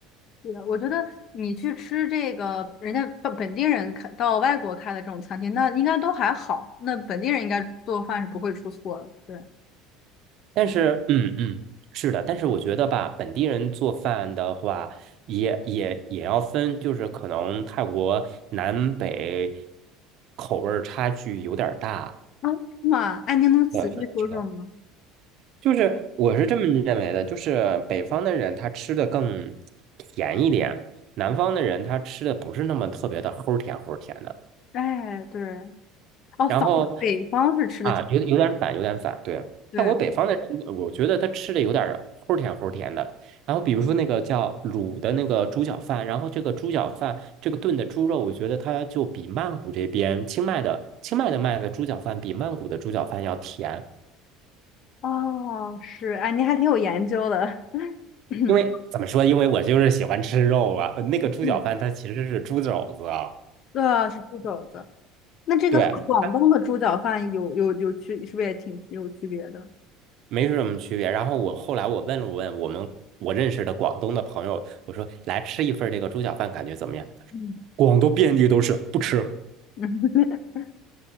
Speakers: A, on the left; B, on the right.
A: 对的，我觉得你去吃这个人家本本地人开到外国开的这种餐厅，那应该都还好，那本地人应该做饭是不会出错的，对。
B: 但是，嗯嗯，是的，但是我觉得吧，本地人做饭的话，也也也要分，就是可能泰国南北口味儿差距有点儿大。
A: 啊，是吗？哎，您能仔细说说吗？
B: 对，是的，是的。就是我是这么认为的，就是北方的人他吃的更甜一点，南方的人他吃的不是那么特别的齁甜齁甜的。
A: 哎，对，哦，
B: 然后
A: 法北方是吃的挺，
B: 啊，有有点反，有点反，对。
A: 对。
B: 泰国北方的人，我觉得他吃的有点儿齁甜齁甜的。然后比如说那个叫卤的那个猪脚饭，然后这个猪脚饭这个炖的猪肉，我觉得它就比曼谷这边清迈的清迈的卖的猪脚饭比曼谷的猪脚饭要甜。
A: 哦，是，哎，您还挺有研究的。<clears throat>
B: 因为怎么说？因为我就是喜欢吃肉了。呃那个猪脚饭它其实是猪肘子啊，
A: 对，对啊，是猪肘子。那这个广东的猪脚饭有有有区，
B: 对，它
A: 是不是也挺有区别的？
B: 没什么区别。然后我后来我问了问我们我认识的广东的朋友，我说来吃一份儿这个猪脚饭，感觉怎么样？
A: 嗯
B: 广东遍地都是，不吃。
A: 嗯 <laughs>